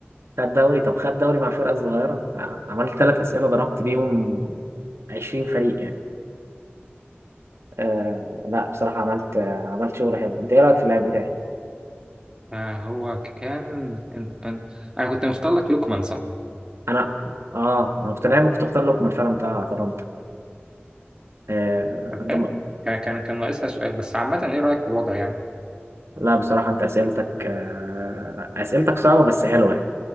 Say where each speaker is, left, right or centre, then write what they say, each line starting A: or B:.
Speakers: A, on the right; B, on the right.
A: خد دوري طب خد دوري مع فرقه صغيره عملت ثلاث اسئله ضربت بيهم 20 فريق يعني آه لا بصراحه عملت آه، عملت شغل حلو انت ايه رايك في اللاعب بتاعي
B: آه هو كان إن- إن- انا كنت مختار لك لوكمان صح
A: انا اه انا كنت لاعب كنت اختار لكم الفرق بتاع اتلانتا آه
B: طب
A: انت
B: حلو
A: م...
B: كان كان كان ناقصها سؤال بس عامه ايه رايك في الوضع يعني
A: لا بصراحه انت اسئلتك آه اسئلتك صعبه بس حلوه يعني